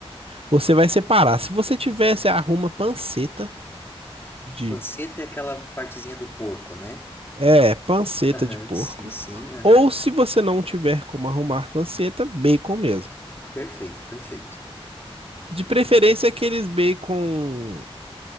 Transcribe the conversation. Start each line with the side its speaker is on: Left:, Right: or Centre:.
Right: Você vai separar. Se você tivesse, arruma panceta de,
Left: Panceta é aquela partezinha do porco, né?
Right: é, panceta
Left: Aham,
Right: de porco.
Left: sim, sim, aham.
Right: Ou se você não tiver como arrumar panceta, bacon mesmo.
Left: Perfeito, perfeito.
Right: De preferência aqueles bacon